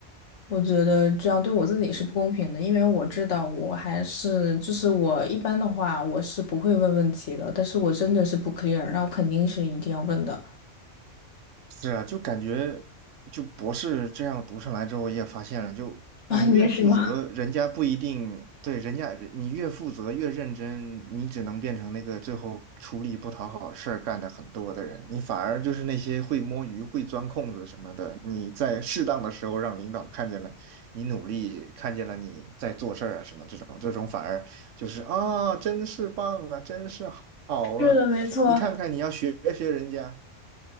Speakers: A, on the left; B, on the right.
A: 我觉得这样对我自己是不公平的，因为我知道我还是就是我一般的话我是不会问问题的，但是我真的是不 clear，那我肯定是一定要问的。
B: 是啊，就感觉就博士这样读上来之后，我也发现了，就你越负责，
A: <laughs> 啊，你也是吗？
B: 人家不一定对人家，你越负责越认真，你只能变成那个最后出力不讨好事儿干的很多的人，你反而就是那些会摸鱼、会钻空子什么的，你在适当的时候让领导看见了你努力，看见了你在做事儿啊什么这种，这种反而就是啊，真是棒啊，真是好啊，
A: <laughs> 是的，没错。
B: 你看看你要学学人家。